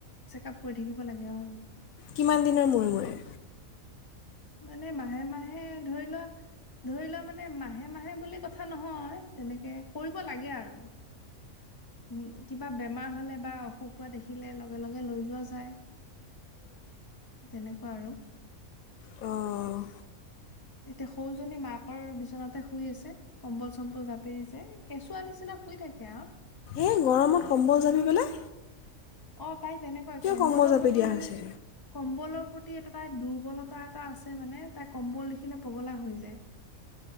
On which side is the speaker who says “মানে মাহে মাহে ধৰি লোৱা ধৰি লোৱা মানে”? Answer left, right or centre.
Left